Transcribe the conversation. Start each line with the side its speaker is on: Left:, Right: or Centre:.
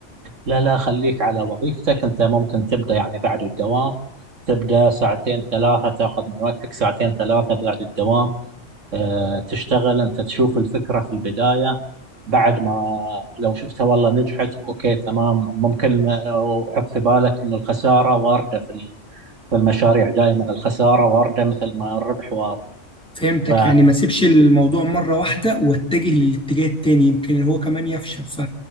Right: لا لا خليك على وظيفتك أنت ممكن تبدأ يعني بعد الدوام تبدأ ساعتين ثلاثة تاخذ من وقتك ساعتين ثلاثة بعد الدوام آه، تشتغل انت تشوف الفكرة في البداية بعد ما لو شفتها والله نجحت اوكي تمام ممكن آه، وحط في بالك انه الخسارة واردة في ال- في المشاريع دائما الخسارة واردة مثل ما الربح وارد
Centre: فهمتك
Right: ف
Centre: يعني ما اسيبش الموضوع مره واحده واتجه للاتجاه التاني يمكن هو كمان يفشل ف